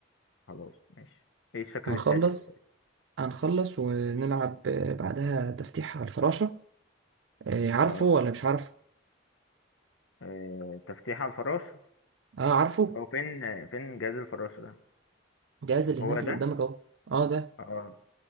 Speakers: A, on the left; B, on the right.
A: خلاص ماشي ايه الشكل
B: هنخلص
A: التالت طيب
B: هنخلص ونلعب آه، بعدها تفتيح على الفراشة آه، عارفه
A: اه
B: ولا مش عارفه؟
A: آه، تفتيح على الفراش
B: اه عارفه
A: هو فين فين جهاز الفراش ده
B: الجهاز اللي
A: هو
B: هناك
A: ده
B: اللي قدامك اهو اه ده
A: اه